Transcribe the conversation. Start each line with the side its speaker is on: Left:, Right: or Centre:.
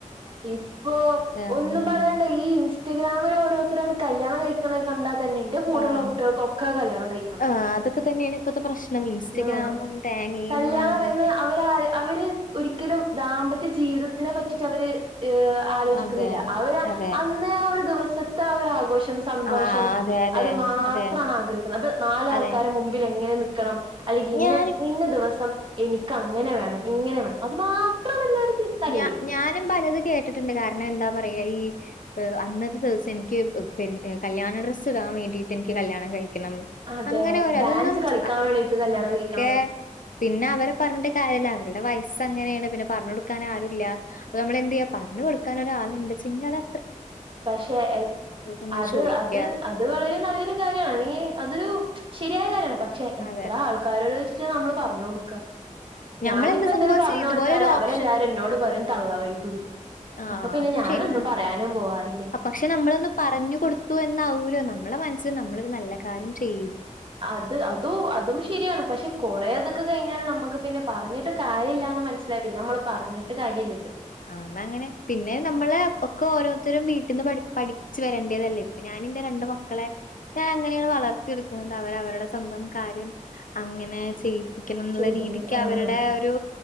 Right: ഇപ്പോ
Left: ഏഹ്
Right: ഒന്നും
Left: ഉം
Right: പറയണ്ട ഈ ഇൻസ്റ്റഗ്രാമിൽ ഓരോരുത്തരാണ് കല്യാണം കഴിക്ക്ണ കണ്ടാ തന്നെ ഇന്റെ കൂടെള്ള
Left: ആഹ്
Right: കുട്ടികൾക്കൊക്കെ കല്യാണം കഴിക്കണം
Left: ആഹ് അതൊക്കെ തന്നെയാണ് ഇപ്പത്തെ പ്രശ്നം. ഇൻസ്റ്റഗ്രാമും
Right: ആ
Left: തേങ്ങയും
Right: കല്യാണം
Left: മാങ്ങയും
Right: എന്ന് അവര് അവര് ഒരിക്കലും ദാമ്പ ജീവിതത്തിനെ പറ്റിട്ട് അവര് ഏ ആലോചിക്കുന്നില്ല
Left: അതെ.
Right: അവര്
Left: അതെ.
Right: അന്ന് ആ ഒരു ദിവസം സത്തെ ആ ഒരു ആഘോഷ സന്തോഷം
Left: ആഹ് അതെ അതെ.
Right: അത് മാത്രാണ്
Left: അതെ
Right: ആഗ്രഹിക്കുന്നത് അത് നാല് ആൾക്കാരെ
Left: അതെ.
Right: മുമ്പിൽ എങ്ങനെ നി ക്കണം അല്ലെങ്കിൽ ഇന്ന
Left: ഞാന്
Right: ഇന്ന ദിവസം എനിക്ക് അങ്ങനെ വേണം ഇങ്ങനെ വേണം അത് മാത്രാണ് എല്ലാരും തലേലും
Left: ഞ ഞാനും പലത് കേട്ടിട്ടുണ്ട് കാരണം എ എന്താ പറയാ ഈ അന്നത്തെ ദിവസം എനിക്ക് കല്യാണ ഡ്രസ്സ് ഇടാൻ വേണ്ടീട്ട് എനിക്ക് കല്യാണം കഴി ക്കണം
Right: അതെ
Left: അങ്ങനെ ഒര്
Right: ഡാൻസ്
Left: അതൊന്നും
Right: കളിക്കാൻ വേണ്ടിക്ക് കല്യാണം
Left: അതൊക്കെ
Right: കഴിക്കണം
Left: പിന്നെ അവരെ പറഞ്ഞിട്ട് കാര്യല്ല അവര് അവരുടെ വയസ് ഇപ്പം അങ്ങനെയാണ് പിന്നെ പറഞ്ഞു കൊടുക്കാൻ ആരുല്ല അപ്പം നമ്മള് എന്ത് ചെയ്യാ പറഞ്ഞു കൊടുക്കാൻ ഒരാളുണ്ട്ച ങ്ങള്
Right: പക്ഷെ
Left: നമ്മള്
Right: അത്
Left: ചോദിക്ക്യ.
Right: അത് അത് വളരെ നല്ലൊരു കാര്യാണങ്കി അതൊരു ശരിയായ കാര്യ പക്ഷെ എത്ര
Left: അതെ.
Right: ആൾക്കാരോട് ചോദിച്ചിട്ടാ നമ്മള് പറഞ്ഞ് കൊടുക്കാ ഞാനിപ്പ
Left: ഞമ്മളെന്ത്
Right: എന്തേലും
Left: സംഭവിച്ചേ
Right: പറഞ്ഞ്
Left: ഇതുപോലൊരു
Right: കൊടുത്താല് അവരെല്ലാരും
Left: ഓപ്ഷൻ
Right: എന്നോട് പറയും തള്ളവൈബ്ന്ന്
Left: ആ
Right: അപ്പൊ പിന്നെ
Left: അതും
Right: ഞാനൊന്നും
Left: ശരിയാണ്.
Right: പറയാനും പോവാറ
Left: പക്ഷെ നമ്മളൊന്ന് പറഞ്ഞു കൊടുത്തു എന്നാവൂലോ നമ്മളെ മനസ്സി നമ്മളൊരു നല്ല കാര്യം ചെയ്
Right: അത് അതു അതും ശെരിയാണ് പക്ഷെ കൊറെ അതൊക്കെ കഴിഞ്ഞാൽ നമുക്ക് പിന്നെ പറഞ്ഞിട്ട് കാര്യല്ല മനസിലായിപിന്നെ നമ്മള് പറഞ്ഞ് ട്ട് കാര്യല്ലല്ലോ
Left: ആ ന്നങ്ങനെ പിന്നെ നമ്മള് ഒക്കെ ഓരോ ത്തരും വീട്ടിന്ന് പഠിപ്പി പഠിച്ചു വരേണ്ടേതല്ലേ ഇപ്പൊ ഞാനിന്റെ രണ്ട് മക്കളെ ഞാൻ അങ്ങനെയാണ് വളർത്തിയെടുക്കുന്നത് അവർ അവരുടെ സ്വന്തം കാര്യം അങ്ങനെ ചെയ <unintelligible> എന്നുള്ള
Right: ചെയ്തവര്
Left: രീതിക്ക്
Right: ആഹ്
Left: അവരുടെ ഒരു